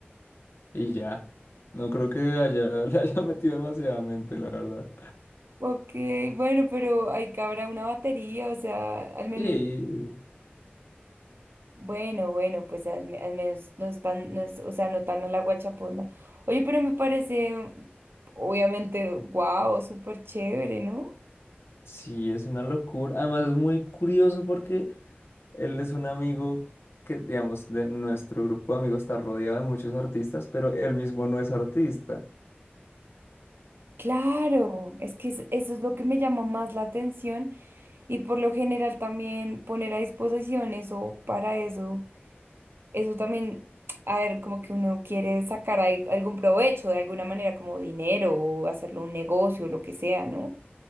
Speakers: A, on the left; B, on the right.
A: y ya. No creo que haya, <laughs> le haya metido demasiadamente, la verdad.
B: Ok, bueno, pero ahí cabrá una batería, o sea, al menos,
A: Sí.
B: bueno, bueno, pues al, me- al menos no están, no es, o sea, no tan a la guachaponda. Oye, pero me parece, obviamente, wow, súper chévere, ¿no?
A: Sí, es una locura. Además es muy curioso porque él es un amigo que, digamos, de nuestro grupo de amigos está rodeado de muchos artistas, pero él mismo no es artista.
B: Claro, es que es- eso es lo que me llama más la atención y por lo general también poner a disposición eso para eso, eso también, <tsk> a ver, como que uno quiere sacar al- algún provecho de alguna manera, como dinero o hacerlo un negocio, lo que sea, ¿no?